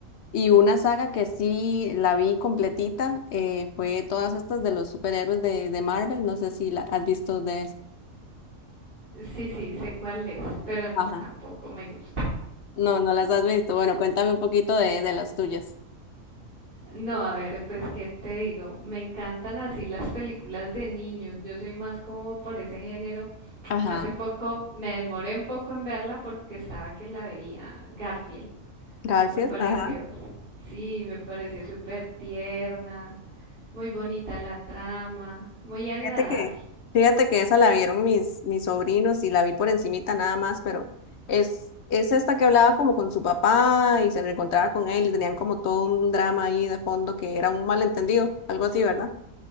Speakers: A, on the left; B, on the right.
A: y una saga que sí la vi completita eh, fue todas estas de los superhéroes de, de Marvel. No sé si la has visto de esa.
B: Sí, sí, sé cuál es, pero no,
A: Ajá.
B: tampoco me gusta.
A: No, no las has visto. Bueno, cuéntame un poquito de, de las tuyas.
B: No, a ver, pues qué te digo, me encantan así las películas de niños, yo soy más como por ese género.
A: Ajá.
B: Hace poco me demoré un poco en verla porque estaba que la veía Garfield,
A: Garfield,
B: me pareció,
A: ajá.
B: sí, me pareció súper tierna, Muy bonita la trama, muy agradable.
A: Fíjate que, fíjate que esa la vieron mis, mis sobrinos y la vi por encimita nada más, pero es, es esta que hablaba como con su papá y se reencontraba con él y tenían como todo un drama ahí de fondo que era un malentendido, algo así, ¿verdad?